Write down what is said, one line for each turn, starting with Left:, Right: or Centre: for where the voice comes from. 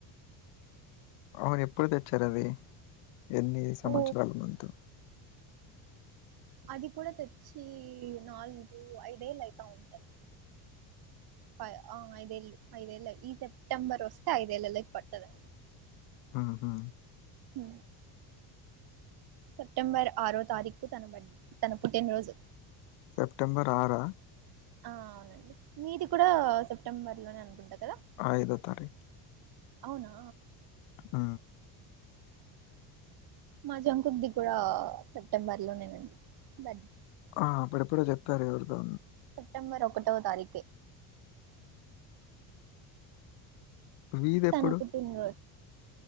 Left: అవును ఎప్పుడు తెచ్చారవి ఎన్ని సంవత్సరాల
Right: ఓ
Left: ముందు
Right: అది కూడా తెచ్చి నాలుగు ఐదేళ్ళయితా ఉంటది ఫై ఆ ఐదేళ్లు ఐదేళ్ల ఈ సెప్టెంబర్ వస్తే ఐదేళ్లలకి పడుతది
Left: ఆహా
Right: ఉ సెప్టెంబర్ ఆరో తారీఖ్కు తన బ తన పుట్టినరోజు
Left: సెప్టెంబర్ ఆర ఆ
Right: ఆ అవునండి మీది కూడా సెప్టెంబర్ లోనే అనుకుంటా కదా
Left: ఐదో తారీకు
Right: అవునా
Left: ఉ
Right: మా జంకుర్ది కూడా సెప్టెంబర్లోనేనండి బర్
Left: ఆ అప్పుడప్పుడే చెప్పారు ఎవరిదో
Right: సెప్టెంబర్ ఒకటవ తారీఖే
Left: మీదెప్పుడు
Right: తన పుట్టినరోజు